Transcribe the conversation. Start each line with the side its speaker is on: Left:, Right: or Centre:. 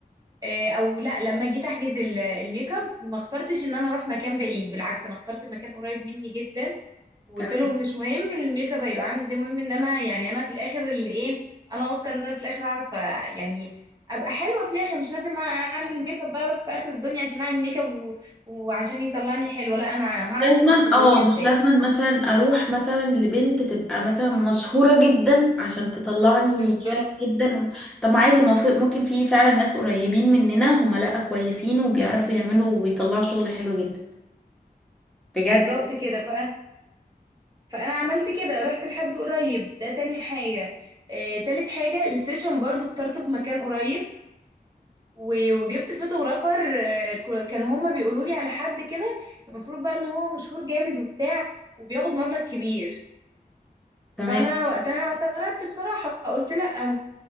Right: آه، او لا لما جيت احجز ال- الميك اب ما اخترتش ان انا اروح مكان بعيد بالعكس انا اخترت مكان قريب مني جدا وقلت
Centre: تمام
Right: له مش مهم الميك اب هيبقى عامل ازاي المهم ان انا يعني انا في الاخر اللي ايه انا واثقه ان انا في الاخر هعرف آه، يعني ابقى حلوه في الاخر مش لازم اعمل ميك اب بقى اروح في اخر الدنيا عشان اعمل ميك اب و... وعشان يطلعني حلوه لا انا هعرف
Centre: لازما
Right: اظبط الدنيا
Centre: اه
Right: ازاي
Centre: مش لازما مثلا اروح مثلا لبنت تبقى مثلا مشهورة جدا عشان تطلعني
Right: بالظبط
Centre: حلوة جدا طب ما عادي ما هو في- ممكن في فعلا ناس قريبين مننا هما لا كويسين وبيعرفوا يعملوا وبيطلعوا شغل حلو جدا بجد
Right: بالظبط كده ف... فانا عملت كده رحت لحد قريب ده تاني حاجه آه، تالت حاجه السيشن برضو اخترته في مكان قريب و- وجبت فوتوغرافر آه، ك- كانوا هما بيقولوا لي على حد كده المفروض بقى ان هو مشهور جامد وبتاع وبياخد مبلغ كبير فانا
Centre: تمام
Right: وقتها اعترضت بصراحة قلت لا